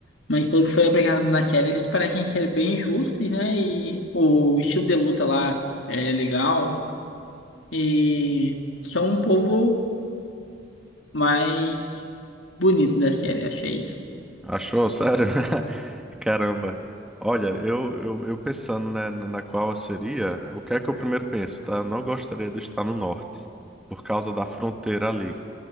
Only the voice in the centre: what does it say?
Achou? Sério? <laughs> Caramba. Olha, eu, eu, eu pensando, né, na na qual eu seria, o que é que eu primeiro penso, tá? Eu não gostaria de estar no norte, por causa da fronteira ali.